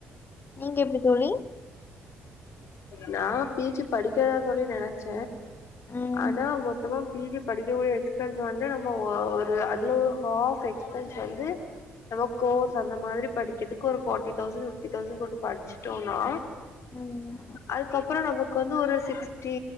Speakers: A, on the left; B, on the left.
A: நீங்க எப்டி தோழி
B: நா பி ஜி படிக்கதா தோழி நெனச்ச
A: ம்
B: ஆனா அங்க ஒருத்த பி ஜி படிக்கக்கூடிய எக்ஸ்பன்ஸ் வந்து நம்ம ஒ ஒரு அதுலோ ஹாஃப் எக்ஸ்பன்ஸ் வந்து நம்ம கோர்ஸ் அந்த மாதிரி படி வருஷத்துக்கு ஒரு ஃபார்ட்டி தௌசண்ட் பிப்டி தௌசண்ட் போட்டு படிச்சிட்டோன்னா
A: ம்
B: அதுக்கப்றோ நமக்கு வந்து ஒரு சிக்ஸ்டி